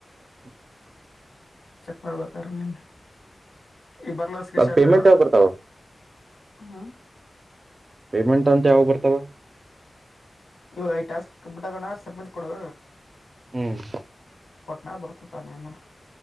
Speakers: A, on the right; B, on the left.
A: <unintelligible>
B: ತಗೋತಾರೆ ನಿನ್ನ ಇಗ್ ಬರಲ್ಲ ಸ್ಕ್ರೀನ್
A: ಅದ್
B: ಶಾರ್ಟ್
A: ಪೇಮೆಂಟ್ ಯಾವ ಬರ್ತಾವ
B: ಹ್ಮ
A: ಪೇಮೆಂಟ್ ಅಂತ ಯಾವ ಬರ್ತಾವ
B: ಇವ ಐದು ಟಾಸ್ಕ್ ಕಂಪೀಟ್ ಆಗೋಣ ಸಬ್ಮಿಟ್ ಕೊಡು
A: ಹ್ಮ್
B: ಕೊಟ್ನಾಗ ಬರ್ತ ತಾನೆ ಆಮೇಲೆ